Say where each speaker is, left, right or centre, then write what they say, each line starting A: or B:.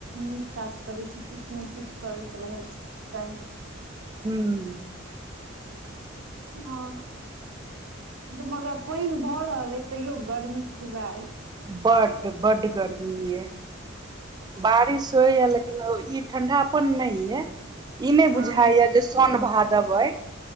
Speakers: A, on the right; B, on the right.
A: नीक काज करै छी, किछु ने किछु करैत रह चाही।
B: हूं
A: हां ओ ग मय गे पानि भऽ रहल अछिे तैयो गर्मी खुबे हय।
B: बड बड गर्मी हय। बारिश होइ या लेकि ई ठंडाापन न ये इ नहि
A: हँ
B: बुझाय ये जे सोन भादब हय।